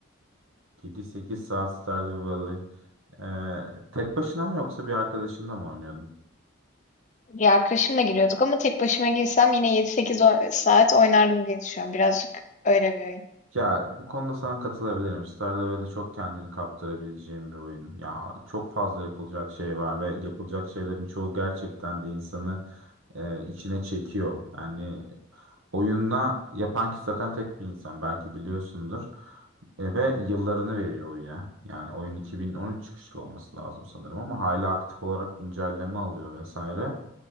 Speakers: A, on the right; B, on the left.
A: 7-8 saat Stardew Valley. Ee, tek başına mı yoksa bir arkadaşınla mı oynuyordun?
B: Bir arkadaşımla giriyorduk ama tek başıma girsem yine yedi sekiz o- saat oynardım diye düşünüyorum. Birazcık öyle bir oyun.
A: Ya bu konuda sana katılabilirim. Stardew Valley çok kendini kaptırabileceğim bir oyun. Ya çok fazla yapılacak şey var ve yapılacak şeylerin çoğu gerçekten de insanı e, içine çekiyor. Yani Oyunda yapan kişi zaten tek bir insan belki biliyorsundur. E, ve yıllarını veriyor oyuna. Yani oyun 2013 çıkışlı olması lazım sanırım ama hala aktif olarak güncelleme alıyor vesaire.